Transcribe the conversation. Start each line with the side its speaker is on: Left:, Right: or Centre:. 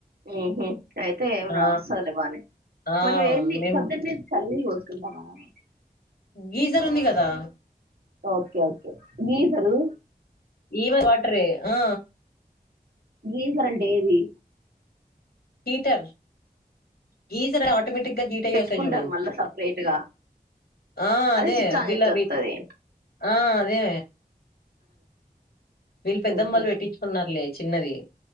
Right: ఉహూ అయితే
Left: ఆ
Right: వస్తుదలే బానే
Left: ఆ
Right: మరి వే
Left: మేము
Right: పొద్దున్న చల్లిల్లు పోసుకుంటా వ
Left: గీజర్ ఉంది కదా
Right: ఓకే ఓకే గీజరు
Left: ఈమా వాటరు హ
Right: గీసరంటే ఏది
Left: హీటర్ గీజర్ ఆటోమేటిక్గా హిటై
Right: పెట్టుకుంటారు
Left: ఒస్తాయి జూడు
Right: మళ్ళా సపరేట్‌గా.
Left: ఆ అదే
Right: స్విచ్ ఆన్
Left: విలా
Right: చేత్తే వత్తది.
Left: బీ ఆ అదే వీళ్ళు పెద్దమ్
Right: ఓహో!
Left: వాళ్ళు పెట్టించుకున్నారులే చిన్నది